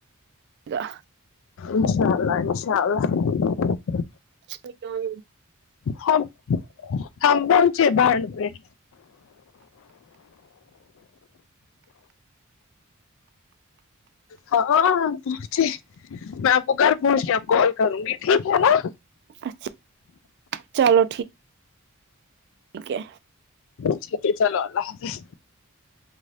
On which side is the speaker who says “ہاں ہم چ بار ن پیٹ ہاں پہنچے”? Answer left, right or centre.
Left